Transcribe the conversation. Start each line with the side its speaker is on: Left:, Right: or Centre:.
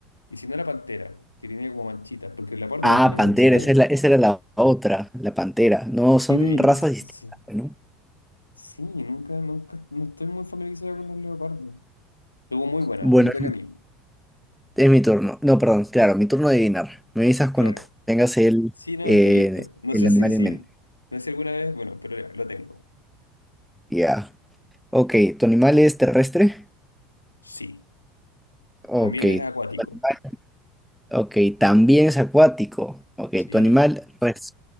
Left: Y si no era pantera, que tenía como manchitas, porque el leopardo
Centre: Ah,
Left: igual tiene manchitas.
Centre: pantera, esa es la, esa era la otra, la pantera. No, son
Left: Sí, te di-
Centre: razas
Left: sí,
Centre: distintas, ¿no?
Left: sí, nunca, nunca, no estoy muy familiarizado con los leopardos. Estuvo muy buena,
Centre: Bueno,
Left: me toca a mí.
Centre: es mi turno. No, perdón, claro, mi turno de adivinar. Me avisas cuando
Left: Claro.
Centre: tengas el,
Left: Sí, no,
Centre: eh,
Left: estoy listo. No
Centre: el
Left: sé
Centre: animal
Left: si, sí,
Centre: en mente.
Left: no sé si alguna vez, bueno, pero ya, lo tengo.
Centre: Ya. Ok, ¿tu animal es terrestre?
Left: Sí,
Centre: Ok.
Left: también
Centre: ¿Tu
Left: es acuático.
Centre: animal- Ok, también es acuático. Ok,
Left: Sí,
Centre: ¿tu animal res-